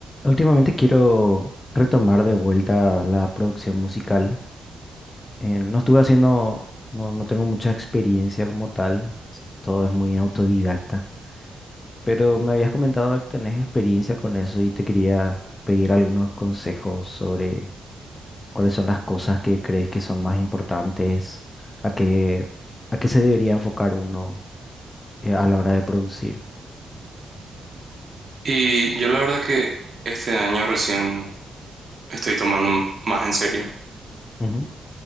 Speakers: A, on the left (about 30°); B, on the right (about 50°).
A: Últimamente quiero retomar de vuelta la producción musical. Eh, no estuve haciendo, no, no tengo mucha experiencia como tal, s- todo es muy autodidacta, pero me habías comentado que tenés experiencia con eso y te quería pedir algunos consejos sobre cuáles son las cosas que crees que son más importantes, a qué, a qué se debería enfocar uno eh, a la hora de producir.
B: Y yo la verdad que este año recién estoy tomando más en serio.
A: Ujú,